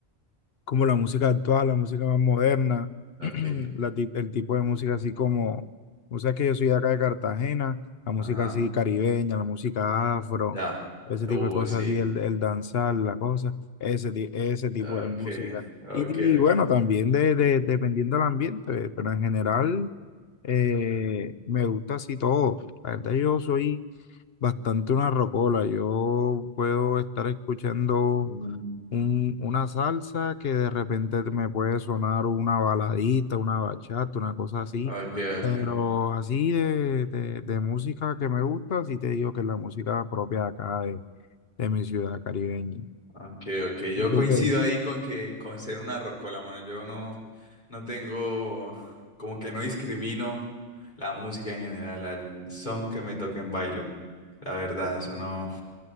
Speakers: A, on the left (about 60°); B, on the left (about 40°).
A: como la música actual, la música más moderna,
B: Ok.
A: <clears throat> la ti- el tipo de música así como, o sea que yo soy de acá de Cartagena, la música
B: Ajá.
A: así caribeña, la música afro,
B: Ya.
A: ese tipo
B: Uh,
A: de cosas
B: sí.
A: así, el, el danzar, la cosa, ese, ti- ese tipo
B: Ok,
A: de música.
B: ok,
A: Y, y
B: ok.
A: bueno, también de, de- dependiendo del ambiente, pero en general eh, me gusta así todo. La verdad yo soy bastante una rocola, yo puedo estar escuchando
B: Ujú.
A: un- una salsa que de repente me puede sonar una baladita, una bachata, una cosa así,
B: Ok, ok.
A: pero así de, de, de música que me gusta, sí te digo que es la música propia de acá, de, de mi ciudad caribeña.
B: Ok, ok, yo
A: ¿Y tú
B: coincido
A: qué?
B: ahí con que con ser una rocola, mano. Yo no, no tengo, como que no discrimino la música en general, al son que me toquen bailo. La verdad, eso no.